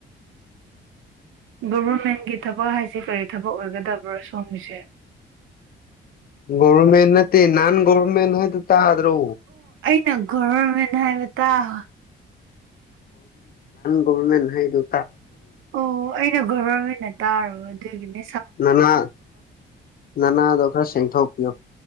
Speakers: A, on the right; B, on the left.
A: ꯒꯣꯚꯔꯃꯦꯟꯒꯤ ꯊꯕꯛ ꯍꯥꯏꯁꯦ ꯀꯔꯤ ꯊꯕꯛ ꯑꯣꯏꯒꯗꯕ꯭ꯔꯣ ꯁꯣꯝꯒꯤꯁꯦ
B: ꯧꯔꯃꯦꯟ ꯅꯠꯇꯦ ꯅꯟ ꯒꯔꯃꯦꯟ ꯍꯥꯏ ꯇ ꯇ꯭ꯔꯣ
A: ꯔ ꯃꯅꯕꯇꯥ
B: ꯒꯃꯦꯟ ꯍꯥꯏ ꯑꯗꯨ
A: ꯑꯣ ꯑꯩꯅ ꯒꯣꯕꯔ ꯑꯣꯏꯅ ꯇꯥꯔꯕ ꯑꯗꯨꯒꯤꯅꯤ
B: ꯅꯅꯥ ꯅꯅꯥꯗꯣ ꯈꯔ ꯁꯦꯡꯊꯣꯛꯄꯤꯤꯌꯣ